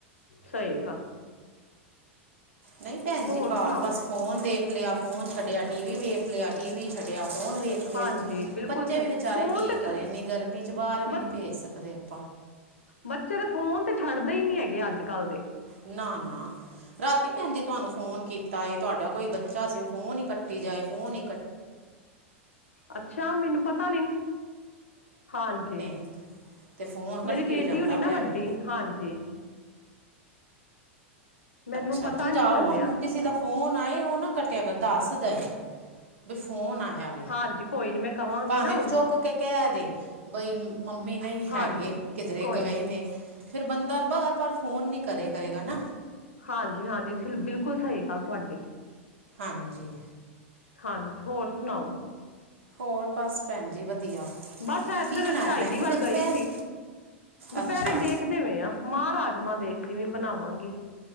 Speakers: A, on the left; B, on the right.
A: ਸਹੀ ਗੱਲ।
B: ਨਹੀਂ ਭੈਣ ਜੀ
A: ਹੋਰ
B: ਘਰ
A: ਸੁਣਾਓ
B: ਬਸ ਫੋਨ ਦੇਖ ਲਿਆ ਫੋਨ ਛੱਡਿਆ ਟੀ ਵੀ ਵੇਖ ਲਿਆ ਟੀ ਵੀ ਛੱਡਿਆ ਫੋਨ ਵੇਖ ਲਿਆ
A: ਹਾਂਜੀ ਬਿਲਕੁਲ
B: ਬੱਚੇ
A: ਸਹੀ
B: ਵੀ ਵਿਚਾਰੇ
A: ਫੋਨ
B: ਕੀ
A: ਤੇ
B: ਕਰੇ
A: ਛ
B: ਇੰਨੀ ਗਰਮੀ ਚ ਬਾਹਰ ਵੀ
A: ਬ
B: ਨੀ ਭੇਜ ਸਕਦੇ। <inaudible>
A: ਬੱਚੇ ਦੇ ਫੋਨ ਤੇ ਛੱਡਦੇ ਹੀ ਨੀ ਹੈਗੇ ਅੱਜ ਕੱਲ ਦੇ।
B: ਨਾ-ਨਾ ਰਾਤੀ ਭੈਣ ਜੀ ਤੁਹਾਨੂੰ ਫੋਨ ਕੀਤਾ ਹੈ ਤੁਹਾਡਾ ਕੋਈ ਬੱਚਾ ਸੀ ਉਹ ਫੋਨ ਹੀ ਕੱਟੀ ਜਾਏ ਫੋਨ ਹੀ
A: ਅੱਛਾ ਮੈਨੂੰ ਪਤਾ ਨੀ ਹਾਂਜੀ
B: <inaudible> ਫੋਨ ਕੱਟੀ
A: ਮੇਰੀ ਬੇਟੀ
B: ਜਾਂਦਾ
A: ਹੋਣੀ ਨਾ
B: ਪਿਆ
A: ਵੱਡੀ
B: ਵੇ
A: ਹਾਂਜੀ। ਮੈਨੂੰ
B: ਅੱਛਾ
A: ਪਤਾ
B: ਸਮਝਾਓ
A: ਨੀ ਚੱਲਿਆ
B: ਉਹਨੂੰ ਕਿਸੇ ਦਾ ਫੋਨ ਆਏ ਉਹ ਨਾ ਕੱਟਿਆ ਕਰ ਦੱਸ ਦਏ। ਬ ਫੋਨ ਆਇਆ ਵੇ
A: ਹਾਂਜੀ ਕੋਈ ਨੀ ਮੈਂ ਕਵਾਂਗੀ
B: ਭਾਵੇਂ
A: ਨਾ ਹੁਣ
B: ਚੁੱਕ ਕੇ ਕਹਿ ਦੇ। ਬਈ ਮੰਮੀ ਨਹੀਂ
A: ਹਾਂਜੀ
B: ਹੈਗੇ ਕਿਧਰੇ
A: ਕੋਈ
B: ਗਏ
A: ਨੀ
B: ਨੇ। ਫਿਰ ਬੰਦਾ ਬਾਰ ਬਾਰ ਫੋਨ ਨੀ ਕਰੇ ਕਰੇਗਾ ਨਾ।
A: ਹਾਂਜੀ-ਹਾਂਜੀ ਬਿਲਕੁਲ ਸਹੀ ਗੱਲ ਤੁਹਾਡੀ।
B: ਹਾਂਜੀ
A: ਹਾਂਜੀ ਹੋਰ ਸੁਣਾਓ
B: ਹੋਰ ਬਸ ਭੈਣ ਜੀ ਵਧੀਆ
A: ਬਸ ਇੱਧਰ
B: ਕੀ ਬਣਾਇਆ
A: ਝਾਈ
B: ਭੈਣ ਜੀ
A: ਵੱਲ
B: ਫਿਰ ਦੁਪਹਿਰੇ
A: ਗਈ ਸੀ ਦੁਪਹਿਰੇ
B: ਅੱਛਾ
A: ਦੇਖਦੇ ਪਏ ਆ ਮਾਹ ਰਾਜ ਮਾਂ ਦੇਖਦੀ ਵੀ ਬਣਾਵਾਂਗੀ